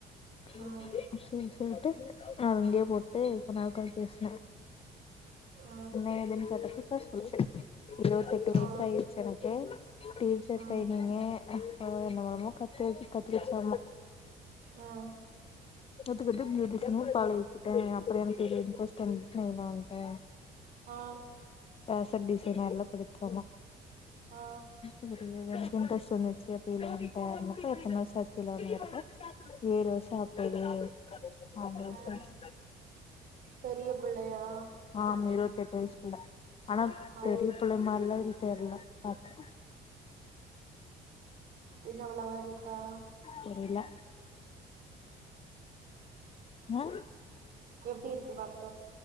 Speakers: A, on the right; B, on the left.
A: ஆ
B: ம்
A: ஆ
B: சேர் சேர்ட்டு நா அங்கேயே போட்டு கொன் நேர உக்காந் பேஸ்
A: ஆ
B: னே துன் கேட்டா பே சொல்லுது இருவத்தெட்டு வயசு
A: ஆ
B: ஆயிச்சு எனக்கு டீச்சர்
A: ஆ
B: ட்ரைனிங்கு என்ன என்னமோ கத்து கத்துக்கிச்சாமா
A: ஆ
B: கத்துக்கிட்டு பியூட்டிஸன்னு பழகிட்டே அப்பற எனக்கு இது இன்ட்ரெஸ்ட்டா இரு வேணான்ட்ட
A: ஆ
B: பேஷன் டிசைனர்ல்லா படிச்சோமா
A: ஆ
B: எனக்கு இன்ட்ரெஸ்ட் இருந்துச்சு அப்டியே இதுல வந்ட்ட மொத்த எத்தன வருஷ ஆச்சி அப்டி கேட்டப்போ ஏழு வர்ஷா ஆப்போது அப்டின்
A: ஆ
B: சொல்ச்சு
A: பெரிய புள்ளயா
B: ஆமா இருவத்தெட்டு வயசுக்குள்ள ஆனா
A: ஆ
B: பெரிய புள்ள மாரில்லா இது தெர்ல பத்
A: என்ன உள்ள ஆர் இருக்கா
B: தெரியல அ
A: எப்டி இருக்கு பாக்க